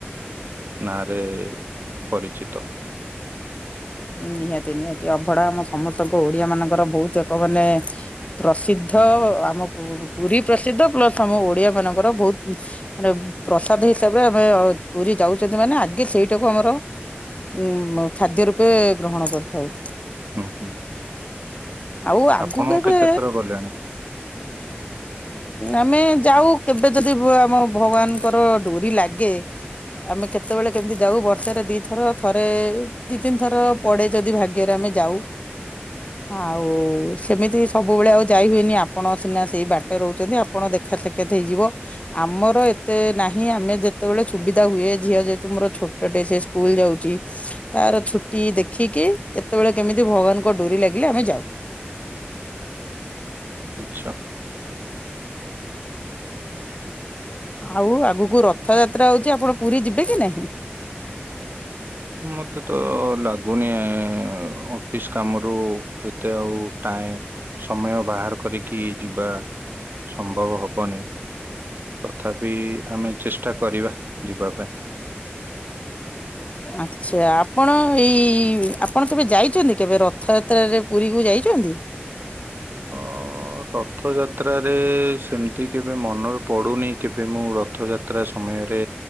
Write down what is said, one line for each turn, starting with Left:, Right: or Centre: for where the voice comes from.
Right: ନାଁରେ ପରିଚିତ।
Left: ନିହାତି ନିହାତି ଅଭଢା ଆମ ସମସ୍ତଙ୍କ ଓଡିଆ ମାନଙ୍କର ବୋହୁତ ଏକ ମାନେ ପ୍ରସିଦ୍ଧ
Right: ହୁଁ ହୁଁ
Left: ଆମ ପୁ ପୁରୀ ପ୍ରସିଦ୍ଧ ପ୍ଲସ ଆମ ଓଡିଆ ମାନଙ୍କର ବୋହୁତ ମାନେ ପ୍ରସାଦ ହିସାବରେ ଆମେ ପୁରୀ ଯାଉଚନ୍ତି ମାନେ ଆଗେ ସେଇଟାକୁ ଆମର ଉଁ ଖାଦ୍ୟରୁ ପେ ଗ୍ରହଣ କରିଥାଉ।
Right: ହୁଁ ହୁଁ।
Left: ଆଉ ଆଗୁକୁ
Right: ଆପଣ
Left: ଏବେ
Right: କେତେ ଥର ଗଲେଣି
Left: ଆମେ ଯାଉ କେବେ ଯଦି ହୁଏ ଆମ ଭଗବାନଙ୍କର ଡୋରି ଲାଗେ ଆମେ କେତେବେଳେ କେମତି ଯାଉ ବର୍ଷରେ ଦିଥର ଥରେ ଦି ତିନି ଥର ପଡେ ଯଦି ଭାଗ୍ୟରେ ଆମେ ଯାଉ। ଆଉ ସେମିତି ସବୁବେଳେ ଆଉ ଯାଇ ହୁଏନି ଆପଣ ସିନା ସେଇ ବା ରହୁଚନ୍ତି ଆପଣ ଦେଖା ସାକ୍ଷାତ ହେଇଯିବ ଆମର ଏତେ ନାହିଁ ଆମେ ଯେତେବେଳେ ସୁବିଧା ହୁଏ। ଝିଅ ଯେହେତୁ ମୋର ଛୋଟଟେ ସେ ସ୍କୁଲ ଯାଉଚି ତାର ଛୁଟି ଦେଖିକି କେତେବେଳେ କେମ ତି ଭଗବାନଙ୍କ ଡୋରି ଲାଗିଲେ ଆମେ ଯାଉ।
Right: ଆଛା।
Left: ଆଉ ଆଗକୁ ରଥଯାତ୍ରା ଆଉଚି ଆପଣ ପୁରୀ ଯିବେ କି ନାହିଁ?
Right: ମତେ ତ ଲାଗୁନି ଅଫିସ୍ କାମରୁ ଏତେ ଆଉ ଟାଇମ ସମୟ ବାହାର କରିକି ଯିବା ସମ୍ଭବ ହବନି। ତଥାପି ଆମେ ଚେଷ୍ଟା କରିବା ଯିବା ପାଇଁ।
Left: ଆଛା ଆପଣ ଏଇ ଆପଣ କେବେ ଯାଇଚନ୍ତି କେବେ ରଥଯାତ୍ରାରେ ପୁରୀକୁ ଯା ଯାଇଚନ୍ତି।
Right: ହଁ ତ ରଥଯାତ୍ରାରେ ସେମତି କେବେ ମନର ପଡ଼ୁନେଇ କେବେ ମୁଁ ରଥଯାତ୍ରା ସମୟରେ